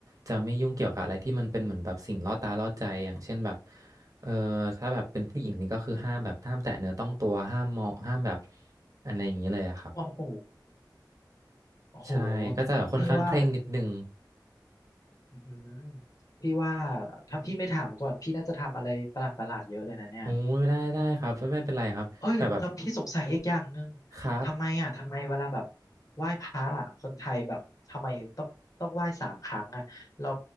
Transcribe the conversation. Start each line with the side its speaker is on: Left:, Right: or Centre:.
Right: จะไม่ยุ่งเกี่ยวกับอะไรที่มันเป็นเหมือนแบบสิ่งล่อตาล่อใจอย่างเช่นแบบเออถ้าแบบเป็นผู้หญิงนี่ก็คือห้ามแบบห้ามแตะเนื้อต้องตัวห้ามเหมาะห้ามแบบอะไรอย่างนี้เลยอะครับ
Left: โอ้โหโอ้โห
Right: ใช่ก็จะแบบค่อนข้างเคร่งนิดนึง
Left: พี่ว่า อืมพี่ว่าถ้าพี่ไม่ถามก่อนพี่น่าจะทำอะไรประหลาดประหลาดเยอะเลยนะเนี่ย
Right: โอ้ยได้ได้ครับไม่ไม่เป็นไรครับแต่แบบ
Left: เอ้ยแล้วพี่สงสัยอีกอย่างหนึ่ง
Right: ครับ
Left: ทำไมอ่ะทำไมเวลาแบบไหว้พระอ่ะคนไทยแบบทำไมต้องต้องไหว้สามครั้งอ่ะเรา